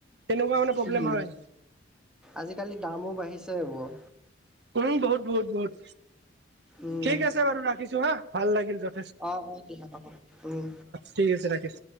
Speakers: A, on the right; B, in the centre.
A: তেনেকুৱা মানে প্ৰব্লেম
B: উম,
A: হয়
B: আজিকালি দামো বাঢ়িছে এইবোৰৰ।
A: উম বহুত বহুত বহুত,
B: উম।
A: ঠিক আছে বাৰু ৰাখিছো হা ভাল লাগিল যত
B: অ অ টীকা পাক উম।
A: ঠিক আছে ৰাখিছ।